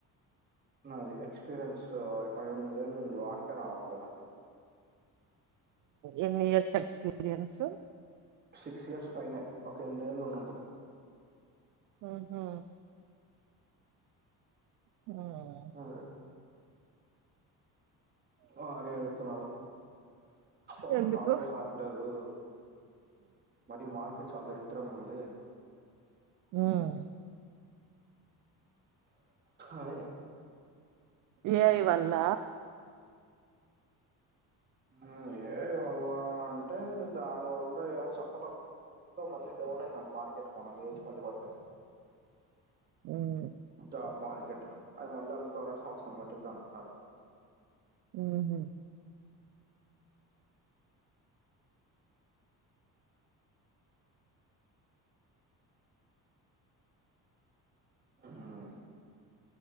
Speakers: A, on the right; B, on the right.
A: నాది ఎక్స్పీరియన్స్ పదెనిమిదెళ్ళు ఉంది వాడికే రావట్లే
B: ఎన్ని ఇయర్స్ ఎక్స్పీరియన్సు
A: సిక్స్ ఇయర్స్ పైనే ఒక ఎనిమిదెళ్ళు ఉండుంటది
B: మ్మ్ హూ హ్మ్
A: ఉంటుంది వాడే ఏడుస్తున్నాడు ఒక్క
B: ఎందుకు
A: కాల్ గుడా రాట్లేదు ఈ మార్కెట్ చాలా దరిద్రంగుంది
B: ఉం
A: అని
B: ఏఐ వల్ల
A: ఉం ఏ ఐ వల్ల అంటే దాని వల్ల ఏమో చెప్పలేం ఎదో మళ్ళీ డౌన్ అయిందంట మార్కెట్ మొన్న లేచి మళ పడిపోయింది
B: ఉం
A: జాబ్ మార్కెట్ ఆ అది మళ్ళీ అందుకు కోవాలంటే సంవత్సరం పట్టిద్ది అంటున్నాడు
B: ఉ హమ్
A: ఉం